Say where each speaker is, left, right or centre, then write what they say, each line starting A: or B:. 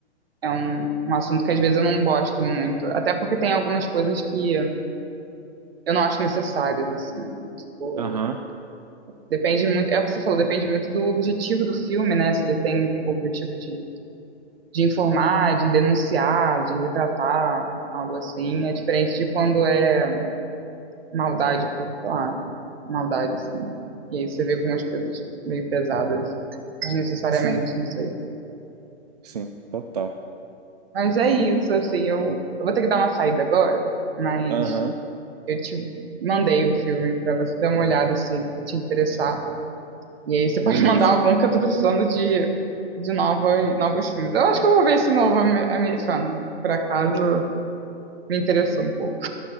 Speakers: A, on the right (about 55°); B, on the right (about 35°).
A: é um, um assunto que às vezes eu não gosto muito. Até porque tem algumas coisas que eu não acho necessárias, assim. né? Tipo,
B: Aham.
A: depende muito. É o que você falou, depende muito do objetivo do filme, né? Se ele tem o objetivo de, de informar, de denunciar, de retratar, algo assim. É diferente de quando é maldade por, sei lá, maldade, assim. E aí você vê algumas coisas meio pesadas, desnecessariamente,
B: Sim,
A: não sei.
B: sim, total.
A: Mas é isso, assim, eu, eu vou ter que dar uma saída agora, mas
B: Aham.
A: eu te mandei o filme pra você dar uma olhada se te interessar. E aí você pode
B: Beleza.
A: <laughs> mandar algum, porque eu tô precisando de, de novos, novos filmes. Eu acho que eu vou ver esse novo ame- americano, por acaso me interessou um pouco.